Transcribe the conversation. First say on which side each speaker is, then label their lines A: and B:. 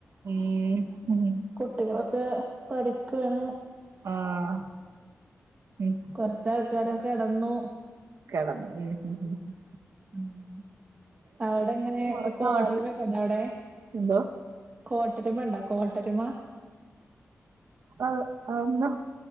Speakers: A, on the right; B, on the right.
A: ഉം ഉം
B: കുട്ടികളൊക്കെ പഠിക്കാണ്.
A: ആഹ് ഉം
B: കൊറച്ച് ആൾക്കാരൊക്കെ കിടന്നു.
A: കിടന്നു ഉം ഉം ഉം.
B: ഉം അവിടെ എങ്ങനെ
A: ഒറക്കവായി
B: കോട്ടരുമ ഉണ്ടോ അവിടെ?
A: എന്തോ
B: കോട്ടരുമ ഉണ്ടോ കോട്ടരുമ.
A: ആഹ് അന്നാ